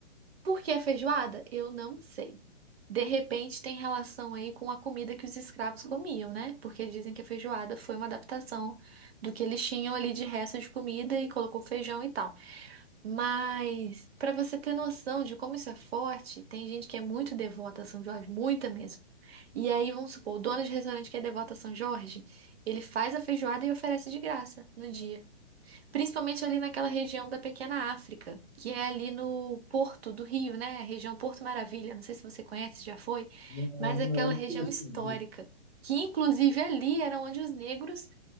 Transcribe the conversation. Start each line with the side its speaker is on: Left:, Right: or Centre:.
Right: por que feijoada? Eu não sei. De repente tem relação aí com a comida que os escravos comiam, né? Porque dizem que a feijoada foi uma adaptação do que eles tinham ali de resto de comida e colocou feijão e tal. Mas para você ter noção de como isso é forte, tem gente que é muito devota a São Jorge, muita mesmo. E aí, vamos supor, o dono de restaurante que é devoto a São Jorge, ele faz a feijoada e oferece de graça no dia. Principalmente ali naquela região da Pequena África, que é ali no Porto do Rio, né? A região Porto Maravilha, não sei se você conhece, já foi,
Centre: Não,
Right: mas
Centre: não,
Right: é aquela
Centre: não
Right: região
Centre: percebi.
Right: histórica, que inclusive ali era onde os negros